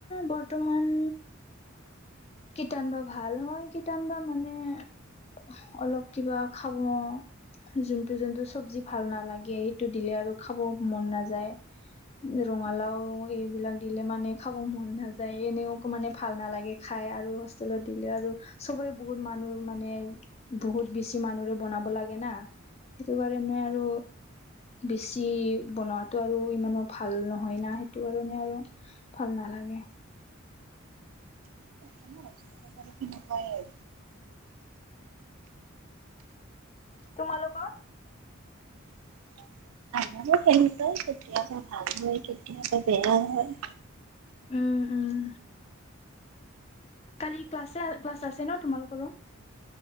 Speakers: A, on the left; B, on the right.
A: বৰ্তমান কীটান বা ভাল হয় কীটান বা মানে অহ, অলপ কিবা খাব যোনটো যোনটো চব্জি ভাল নালাগে সেইটো দিলে আৰু খাব মন নাযায় ৰঙালাও এইবিলাক দিলে মানে খাব মন নাযায় এনেও অকনমানে ভাল নালাগে খাই আৰু হোষ্টেলত দিলে আৰু চবৰে বহুত মানুহ মানে বহুত বেছি মানুহৰে বনাব লাগে না সেইটো কাৰণে আৰু বেছি বনোৱাটো আৰু ইমানো ভাল নহয় না সেইটো কাৰণে আৰু ভাল নালাগে
B: তেনেকুৱাই হয়
A: তোমালোক
B: <inaudible> আমাৰো তেনেকুৱাই কেতিয়াবা ভাল হয় কেতিয়াবা বেয়া হয়
A: উম উমহ কালি ক্লাছে ক্লাছ আছে ন তোমালোকৰো